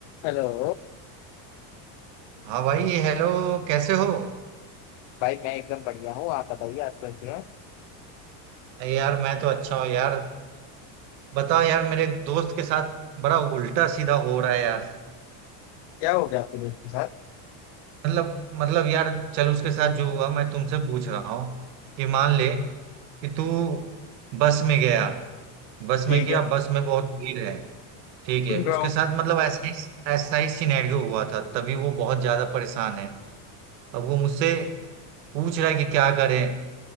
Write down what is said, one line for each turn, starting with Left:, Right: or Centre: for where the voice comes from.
Left: हेलो
Right: हाँ भाई हेलो कैसे हो
Left: भाई मैं एकदम बढ़िया हूँ आप बताइए आप कैसे हैं
Right: अरे यार मैं तो अच्छा हूँ यार बताओ यार मेरे एक दोस्त के साथ बड़ा उल्टा सीधा हो रहा है यार
Left: क्या हो गया आपके दोस्त के साथ
Right: मतलब मतलब यार चल उसके साथ जो हुआ मैं तुमसे पूछ रहा हूँ कि मान ले कि तू बस में गया बस
Left: ठीक
Right: में गया
Left: है
Right: बस में बहुत भीड़ है ठीक है
Left: सुन रहा
Right: उसके
Left: हूँ
Right: साथ मतलब ऐसा ही ऐसा ही सिनेरियो हुआ था तभी वो बहुत ज्यादा परेशान है अब वो मुझसे पूछ रहा है कि क्या करें